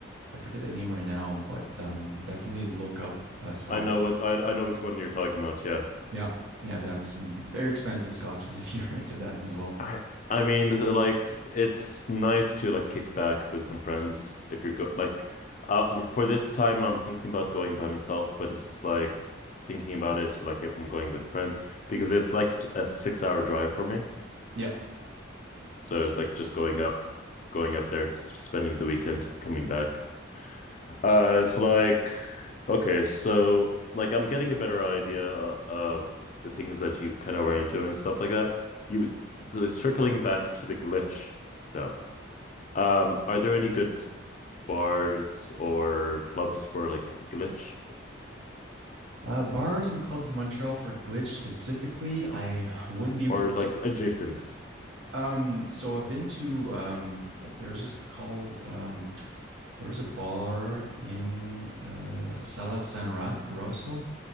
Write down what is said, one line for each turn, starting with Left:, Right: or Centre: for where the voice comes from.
Right: I forget the name right now, but um, definitely look up uh, Scotch
Left: I know what I I know which one you're talking about, yeah.
Right: Yeah. Yeah. They have some very expensive scotches <laughs> if you're into that as well.
Left: I I mean this is like s- it's nice to like kick back with some friends if you're go like uh, for this time I'm thinking about going by myself, but it's like thinking about it like if I'm going with friends because it's like t- a six hour drive for me.
Right: Yeah.
Left: So it's like just going up, going up there, s- spending the weekend, coming back. Uh, it's like, okay, so like I'm getting a better idea of the things that you kind of were into and stuff like that. You the- circling back to the glitch though. Um, are there any good bars or clubs for like glitch
Right: Uh, bars and clubs in Montreal for glitch specifically, I wouldn't be able.
Left: or like adjacent?
Right: Um, so I've been to um, there's this call. Um, there was a bar in uh, Sala San Ra- Rosso.